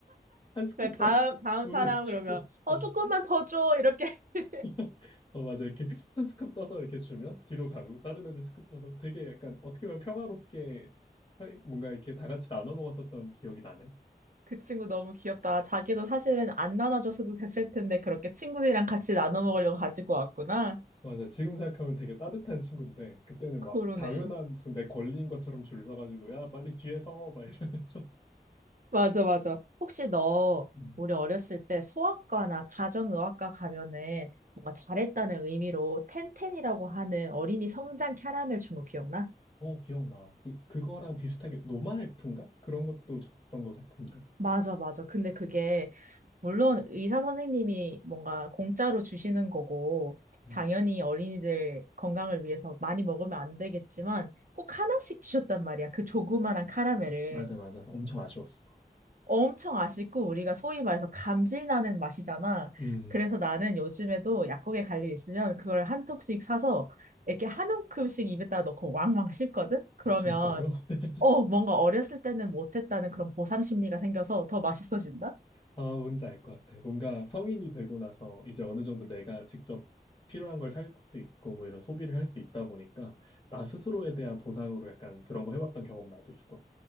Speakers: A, on the left; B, on the right.
A: 한 스쿱
B: 그래, 다음,
A: 떠서 <laughs>
B: 다음
A: 우유
B: 사람
A: 주고
B: 그러면 어,
A: 어,
B: 조금만 더 줘. 이렇게. <laughs>
A: <laughs> 어 맞아 이렇게 한 스쿱 떠서 이렇게 주면 뒤로 가고 다른 애들 스쿱 떠서 되게 약간 어떻게 보면 평화롭게 활- 뭔가 이렇게 다 같이 나눠 먹었었던 기억이 나네.
B: 그 친구 너무 귀엽다. 자기도 사실은 안 나눠줬어도 됐을 텐데 그렇게 친구들이랑 같이 나눠 먹으려고 가지고 왔구나.
A: 맞아 지금 생각하면 되게 따뜻한 친구인데 그때는
B: 그러네.
A: 막 당연한 무슨 내 권리인 것처럼 줄 서가지고 야 빨리 뒤에 서막 이러면서
B: 맞아, 맞아. 혹시 너
A: 음.
B: 우리 어렸을 때 소아과나 가정의학과 가면은 뭔가 잘했다는 의미로 텐텐이라고 하는 어린이 성장 캐러멜 준거 기억나?
A: 어, 기억나. 그, 그거랑 비슷하게 노마에프인가? 그런 것도 줬던 것 같은데.
B: 맞아, 맞아. 근데 그게 물론 의사 선생님이 뭔가 공짜로 주시는 거고
A: 음,
B: 당연히 어린이들 건강을 위해서 많이 먹으면 안 되겠지만 꼭 하나씩 주셨단 말이야. 그 조그만한 카라멜을.
A: 맞아, 맞아. 엄청 아쉬웠어.
B: 엄청 아쉽고 우리가 소위 말해서 감질 나는 맛이잖아.
A: 음,
B: 그래서 나는 요즘에도 약국에 갈 일 있으면 그걸 한 톡씩 사서 이렇게 한 움큼씩 입에다 넣고 왕왕 씹거든? 그러면
A: 아, 진짜로? <laughs>
B: 어, 뭔가 어렸을 때는 못했다는 그런 보상 심리가 생겨서 더 맛있어진다?
A: 아, 뭔지 알 것 같아. 뭔가 성인이 되고 나서 이제 어느 정도 내가 직접 필요한 걸 살 수 있고 뭐 이런 소비를 할 수 있다 보니까 나 스스로에 대한 보상으로 약간 그런 거 해봤던 경험 나도 있어.